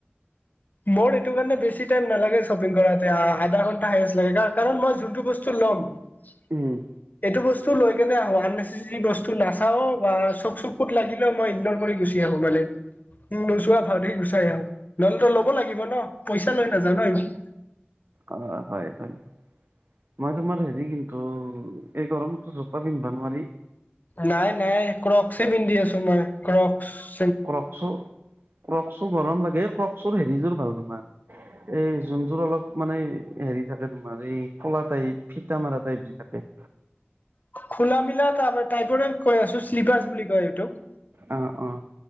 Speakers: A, on the left; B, on the right.
A: মোৰ এইটো কাৰণে বেছি টাইম নালাগে শ্বপিং কৰাতে, আধা ঘন্টা হাইষ্ট লাগে। কাৰণ মই যোনটো বস্তু ল'ম উওম <unintelligible>
B: উম।
A: এইটো বস্তু লৈ কেনে আহো, আননেচেছেৰী বস্তু নাচাও বা চক চকুত লাগিলেও মই ইগ্নৰ কৰি গুছ আহো মানে নোচোৱা ভাওতে গুচাই আহো নহলে লগ <unintelligible> লাগিব ন পইচা লৈ নাযাওঁ ন'।
B: অ', হয়, হয়। মই তোমাৰ হেৰি কিন্তু এই গৰমততো জোতা পিন্ধবা নোৱাৰি।
A: নাই, নাই ক্ৰক্স পিন্ধি আছো, মই ক্ৰক্স।
B: ক্ৰক্স, ক্ৰক্সও গৰম লাগে, ক্ৰকচ হেৰিযোৰ ভাল তোমাৰ এই যোনযোৰ অলপ মানে হেৰি থাকে তোমাৰ এই কলা টাইপ ফিটা মাৰা টাইপ যে থাকে
A: খোলা মিলা তাৰপ টাইপৰে কৈ আছো, শ্লিপাৰছ বুলি কয় এইটোক।
B: অ', অ'।